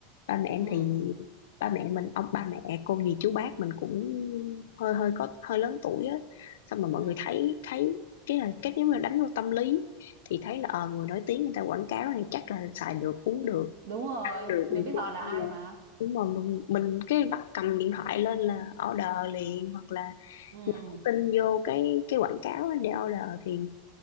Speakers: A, on the left; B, on the right.
A: ba mẹ em
B: ừ
A: thì ba mẹ mình ông ba mẹ cô dì chú bác mình cũng hơi hơi có hơi lớn tuổi á xong mà mọi
B: ừ
A: người thấy thấy cái là cái nếu mà đánh vô tâm lý thì thấy là ờ người nổi tiếng người ta quảng cáo này chắc là xài được uống được
B: đúng rồi
A: ăn được
B: mình
A: này
B: biết
A: kia
B: họ là
A: xong
B: ai
A: rồi
B: mà
A: đúng rồi mình, mình cái bắt cầm điện thoại lên là order liền hoặc là
B: ừ
A: nhắn tin vô cái cái quảng cáo á để order thì